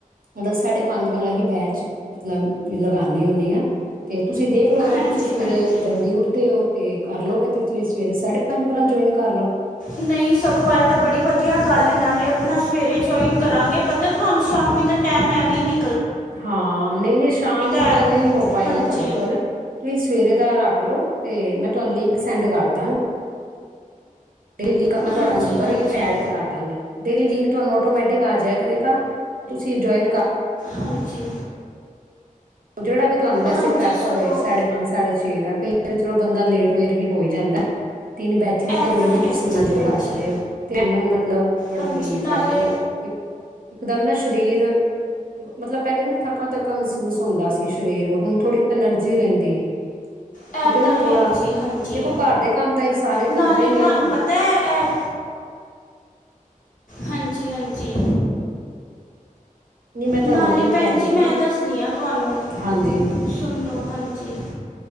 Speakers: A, on the right; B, on the left.
A: ਮਤਲਬ ਸਾਢੇ ਪੰਜ ਵਾਲਾ ਹੀ ਬੈਚ ਮਤਲਬ ਲਗਾਨੀ ਹੁੰਨੀ ਆ ਤੇ ਤੁਸੀਂ ਦੇਖ ਲਓ ਅਗਰ
B: ਹਾਂਜੀ
A: ਤੁਸੀਂ ਸਵੇਰੇ
B: ਹਾਂਜੀ
A: ਜਲਦੀ ਤੇ ਉਹ ਤੇ ਕਰਲਓਗੇ ਤੇ ਤੁਸੀਂ ਸਵੇਰੇ ਸਾਢੇ ਪੰਜ ਵਲਾ ਜੁਆਇਨ ਕਰ ਲਓ।
B: ਨਹੀਂ ਸਗੋਂ ਹੈ ਤਾਂ ਬੜੀ ਵਧੀਆ ਗੱਲ ਨਾਲੇ ਆਪਣਾ ਸਵੇਰੇ ਜੁਆਇਨ ਕਰਾਂਗੇ ਪਤਾ ਤੁਹਾਨੂੰ ਸ਼ਾਮੀ ਤਾ ਤਾ ਮੈਂ ਵੀ ਨੀ।
A: ਹਾਂ ਨਹੀਂ-ਨਹੀਂ ਸ਼ਾਮ ਨੂੰ
B: ਹੈ
A: ਤਾਂ ਨਹੀਂ ਹੋ ਪਾਏਗਾ
B: ਹਾਂਜੀ
A: ਤੁਹਾਡੇ ਕੋਲ ਤੁਸੀਂ ਸਵੇਰੇ ਦਾ ਰੱਖ ਲਓ ਤੇ ਮੈਂ ਤੁਹਾਨੂੰ ਲਿੰਕ ਸੈਂਡ ਕਰਦਾਂਗੀ ਡੇਲੀ ਕਾ ਮੈਂ ਤੁਹਾਡਾ
B: ਹਾਂਜੀ
A: ਨੰਬਰ
B: ਹਾਂਜੀ
A: ਹੀ ਐਡ ਕਰਾ ਦਾਂਗੀ ਡੇਲੀ ਲਿੰਕ ਤੁਹਾਨੂੰ ਆਟੋਮੈਟਿਕ ਆ ਜਾਯਾ ਕਰੇਗਾ ਤੁਸੀਂ ਜਇਨ ਕਰ
B: ਹਾਂਜੀ
A: ਉਹ ਜਿਹੜਾ ਵੀ ਤੁਹਾਨੂੰ ਵੈਸੇ
B: ਹਾਂਜੀ
A: ਪ੍ਰੈਫਰ
B: ਸਗੋਂ
A: ਹੋਏ ਸਾਡੇ ਸਾਢੇ ਛੇ ਦਾ ਕਈ ਵਾਰ ਚਲੋ ਬੰਦਾ ਲੇਟ ਵੇਰ ਵੀ ਹੋਈ ਜਾਂਦਾ ਤਿੰਨ ਬੈਚਿਸ ਨੇ
B: ਇਹ
A: ਕੋਈ
B: ਤਾਂ
A: ਵੀ
B: ਹੈ
A: ਤੁਸੀਂ
B: ਹੀ
A: ਤਿੰਨਾਂ
B: ਜੀ
A: ਚੋਂ ਜੋਇਨ
B: ਹਾਂਜੀ
A: ਕਰ ਸਕਦੇ ਹੋ ਮਨੂੰ ਮਤਲਬ ਬੜਾ
B: ਹਾਂਜੀ
A: ਰਿਲੀਫ
B: ਨਾਲੇ
A: ਹੈ ਮਤਲਬ ਇੱਕਦਮ ਨਾ ਸਰੀਰ ਮਤਲਬ ਪਹਿਲੇ ਨਾ ਥੱਕਾ ਥੱਕਾ ਮਹਿਸੂਸ ਹੁੰਦਾ ਸੀ ਸਰੀਰ ਹੁਣ ਥੋੜੀ ਐਨਰਜੀ ਰਹਿੰਦੀ
B: ਇਹ
A: ਠੀਕ ਹੈ ਨਾ
B: ਤਾਂ
A: ਥੋੜਾ
B: ਹੀ ਜੀ ਹਾਂਜੀ
A: ਦੇਖੋ ਘਰ ਦੇ ਕੰਮ ਤਾਂ ਅਸੀਂ ਸਾਰੇ
B: ਨਾਲੇ
A: ਕਰਨੇ ਹੀ
B: ਤੁਹਾਨੂੰ
A: ਆ
B: ਪਤਾ ਹੈ ਇਹ ਹਾਂਜੀ -ਹਾਂਜੀ।
A: ਮੈਂ ਤੁਹਾਨੂੰ
B: ਨਾਲੇ
A: ਉਹੀ
B: ਭੈਣ
A: ਕਹਿ ਰਹੀ
B: ਜੀ
A: ਸੀਗੀ
B: ਮੈਂ ਦੱਸਦੀ ਹਾਂ ਤੁਹਾਨੂੰ
A: ਹਾਂਜੀ
B: ਸੁਣੋ ਹਾਂਜੀ।